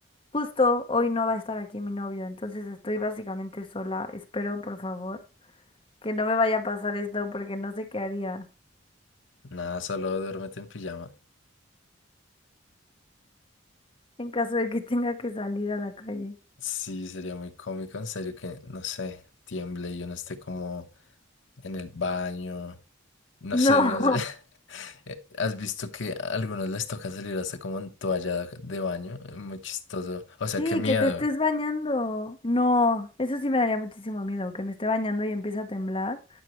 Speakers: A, on the left; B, on the left.
A: Justo hoy no va a estar aquí mi novio, entonces estoy básicamente sola. Espero, por favor, que no me vaya a pasar esto porque no sé qué haría
B: Nada, solo duérmete en pijama.
A: en caso de que <laughs> tenga que salir a la calle.
B: Sí, sería muy cómico, en serio, que, no sé, tiemble y yo no esté como en el baño. No
A: No,
B: sé, no
A: <laughs>
B: sé. <laughs> Eh, ¿Has visto que a algunos les toca salir hasta como en toalla de baño? Es Muy chistoso. O sea,
A: sí,
B: qué miedo.
A: que te estés bañando. No, eso sí me daría muchísimo miedo, que me esté bañando y empiece a temblar.